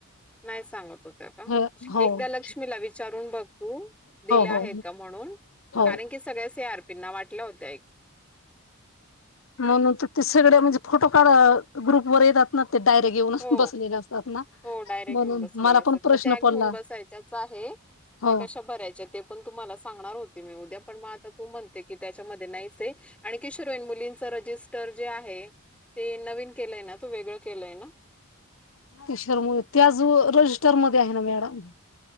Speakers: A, in the centre; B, on the left.
A: नाही सांगत होत का
B: हो हो
A: एकदा लक्ष्मीला विचार चारूण बघ तू दिले आहेत
B: हो
A: का म्हणून
B: हो
A: कारण की सगळ्या सी आर पीनां वाटलं होत आहे
B: म्हणून ते सगळे म्हणजे फोटो काढ ग्रुपवर येतात ना ते डायरेक्ट येऊनच
A: हो
B: बसलेले असतात ना
A: हो डायरेक्ट
B: म्हणून
A: घेऊन बसलेले
B: मला
A: असतात,
B: पण प्रश्न
A: मग त्या घेऊन
B: पडला
A: हो डायरेक्ट येऊनच बसले असतात मग त्या घेऊन बसायच्याच आहे
B: हो
A: त्या कशा भरायच्या ते पण तुम्हाला सांगणार होते मी उद्या पण मग आता तू म्हणते की त्याच्यामध्ये नाही आण किशोरवय मुलींच रजिस्टर जे आहे ते नवीन केलंय ना त वेगळं केलंय ना
B: किशोरवय ते अजून रजिस्टरमध्ये आहे ना मॅडम